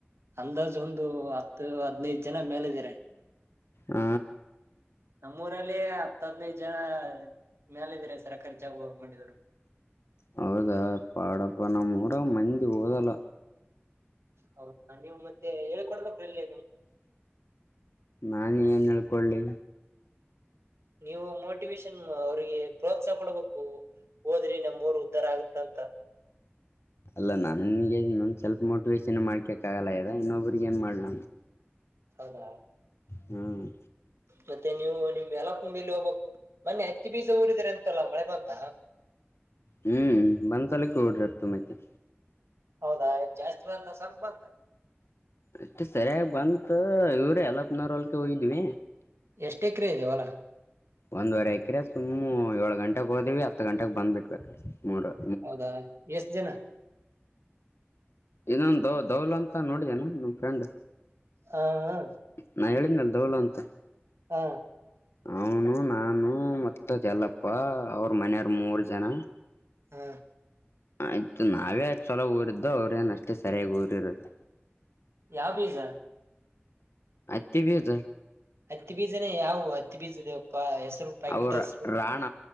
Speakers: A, on the right; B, on the left.
A: ಅಂದಾಜು ಒಂದು ಇದು ಹತ್ತು ಹದನೈದು ಜನ ಮೇಲ ಇದಿದ್ದಾರೆ
B: ಹ
A: ನಮ್ಮೂಊರಲ್ಲಿ ಹತ್ತದ್ನೈದು ಜನ ಮೇಾಲ ಇದಾರೆ ಸರ ಖರ್ಚಾಗಿ ಹೋಗ್ ಮಾಡಿದ್ರು
B: ಹೌದಾ ಪಾಡಪ್ಪ ನ ಮೂಡಾಗ ಮಂದಿಗ್ ಹಓದಲ್ಲ
A: ಹೌದಾ ಅದೆವ್ ನೀವು ಮತ್ತೆ ಹೇಳ್ಕೊಡ್ಬೇಕ್ರಲ್ಲೇ
B: ನಾನ ಏನ್ ಹೇಳ್ಕೊಳ್ಳಿ
A: ನೀವು ಮೋಟಿವೇಶನ್ ಅವ್ರಿಗೆ ಪ್ರೋತ್ಸಾಹ ಕೊಡಬೇಕು ಹೋದ್ರಿ ನಮ ಅವ್ರು ಉಧಾರ ಆಗುತ್ತೆ ಅಂತ
B: ಅಲ್ಲ ನನ್ಗೆ ನ ಸೆಲ್ಪ್ ಮೋಟಿವೆಶನ್ ಮಾಡ್ಕಕ್ಾಗಲ್ಲ ಇದ ಇನ್ನೊಬ್ರಗ ಏನ್ ಮಾಡ್ಲ
A: ಹೌದಾ
B: ಹ್ಮ್
A: ಮತ್ತೆ ನೀವು ನಿಮ್ ಎಲ್ಲ ಕುಂಬಲಿ ಹೋಗೋಗ್ತ ಮನ್ನೆ ಹತ್ತಿ ಬೀಸ ಊರಿದ್ರ ಅಂತಲ್ಲ ಮಳೆ ಬಂತ
B: ಹ್ಮ್ ಬಂದ್ಸಲಕ್ಕೆ ಓಡಡ್ತು ಮೈತ್ತ
A: ಹೌದಾ ಜಾಸ್ತಿ ಬಂತ ಸ್ವಲ್ಪ ಬಂತ
B: ಅಷ್ಟ ಸರಿಯಾಗಿ ಬಂತ ಇವ್ರ ಎಲ್ಪ್ನೂರ ಹೋಲಕ್ ಹೋಗಿದ್ವಿ
A: ಎಷ್ಟು ಎಕರೆ ಇದೆ ಹೊಲಾ
B: ಒಂದ್ುವರೆ ಹಾಕಿರ ಸು್ ಏಳು ಗಂಟೆಗೆ ಹೋದಿವವಿ ಹತ್ತು ಗಂಟೆಗೆ ಬಂದ್ಬ ಬಿಡ್ಬೇಕೀ ಮೂರ್ವರೆ
A: ಹೌದಾ ಎಷ್ಟ ಜನ
B: ಇನ್ನೊಂದು ದ ದೌಲ್ ಅಂತ ನೋಡಿದೇನೆ ನಮ್ ಫ್ರೆಂಡ್
A: ಹಾ
B: ನಾ ಹೇಳಿದ ಅಲ್ ದೋಳು ಅಂತ
A: ಹಾ
B: ಅವನು ನಾನು ಮತ್ತ ಎಲ್ಲಪ್ಪ ಅವ್ರ ಮನೆಯವರ್ ಮೂರ್ ಜನ
A: ಹ್ಮ
B: ಆಯ್ತು ನಾವೇ ಚೊಲೋ ಊರಿದ್ದು ಅವ್ರೇನ್ ಅಷ್ಟೇ ಸರಿಯಾಗಿ ಊರಿರದು
A: ಯಾವ ಬೀಜ
B: ಆತ್ತೆ ಬಿತ
A: ಹತ್ತಿ ಬೀಜನೇ ಯಾವವು ಹತ್ತಿ ಬೀಜದವಪ್ಪಾ ಹೆಸರು ಪ್ಯಾಕೆಟ್
B: ಅವರ
A: ಹಸರು
B: ರಾಣ